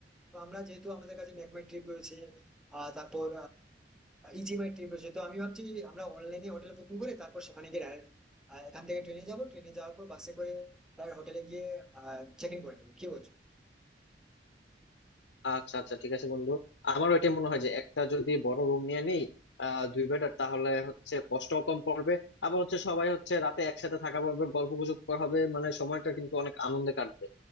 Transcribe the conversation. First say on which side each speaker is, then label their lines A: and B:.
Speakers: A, in the centre; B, on the left.
A: তো আমরা যেহেতু আমাদের কাছে মেকমাই ট্রিপ রয়েছে আহ, তারপর ইজিমাই ট্রিপ রয়েছে তো আমি ভাবছি আমরা অনলাইনে হোটেল বুকিং করে তারপর সেখানে গিয়ে direct, আহ, এখান থেকে ট্রেনে যাব ট্রেনে যাওয়ার পর বাসে করে হোটেলে গিয়ে চেক ইন করে নেবো কি বলছো
B: আচ্ছা আচ্ছা ঠিক আছে বন্ধু আমারও এটা মনে হয় যে একটা যদি বড় রুম নিয়ে নেই আহ দুই বেডার তাহলে হচ্ছে কষ্টও কম পড়বে আবার হচ্ছে সবাই হচ্ছে রাতে একসাথে থাকা পড়বে গল্প গুজব করা হবে মানে সময়টা কিন্তু অনেক আনন্দে কাটবে